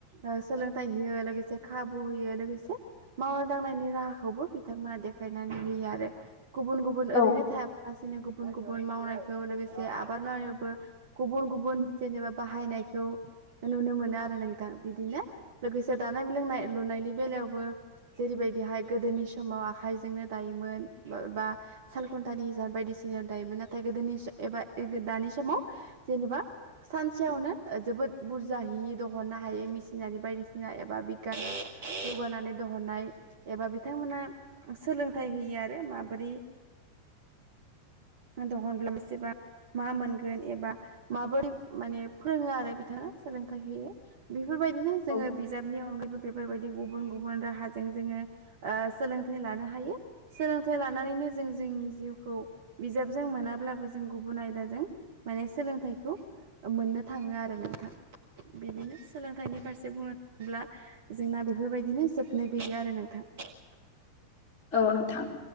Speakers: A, on the right; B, on the left.
A: ओ सोलोंथाइ होयो लोगोसे खाबु होयो लोगोसे मावनाय दांनायनि राहाखौबो बिथांमोना देखायनानै होयो आरो। गुबुन गुबुन
B: औ
A: ओरैनो थायाबालासिनो गुबुन गुबुन मावनायखौ लोगोसे आ बादावबो गुबुन गुबुन जेनेबा बाहायनायखौ नुनो मोनो आरो नोंथां बिदिनो लोगोसे दानाय लोंनाय लुनायनि बेलायावबो जेरैबायदिहाय गोदोनि समाव आखायजोंनो दायोमोन बा सालकन्टानि हिसाब बायदिसिना याव दायोमोन नाथाय गोदोनि एबा दानि समाव जेनेबा सानसेयावनो जोबोद बुरजााहि दहननो हायो मेसिनारि बायदिसिना एबा बिथां जौगानानै दहननाय एबा बिथांमोना सोलोंथाइ होयो आरो माबोरै आ दहन्ला सेबा मा मोनगोन एबा माबोरै माने फोरोङो आरो बिथाङा सोलोंथाइ होयो बेफोरबायदिनो जोङो
B: औ
A: बिजाबनि अनगायैबो बेफोरबायदि गुबुन गुबुन राहाजों जोङो ओ सोलोंथाइ लानो हायो सोलोंथाइ लानानैनो जों जोंनि जिउखौ बिजाबजों मोनाब्लाबो जों गुबुन आयदाजों माने सोलोंथाइखौ मोननो थाङो आरो नोंथां बिदिनो सोलोंथाइनि फारसे बुङोब्ला जोंना बेफोरबायदिनो जोबनो गैया आरो नोंथां ।
B: औ नोंथां